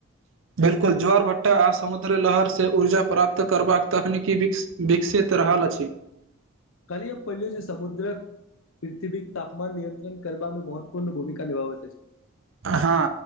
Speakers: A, on the right (about 65°); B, on the left (about 70°).
A: बिल्कुल ज्वार भट्टा आ समुद्र लहर से ऊर्जा प्राप्त करबाक तकनीकी विकसित रहल अछि ठीक
B: कलीय पहिलिय जे समुद्रक पृथ्ववीक तापमान नियंत्रण करब मे महत्वपूर्ण भूमिका निभाव
A: हँ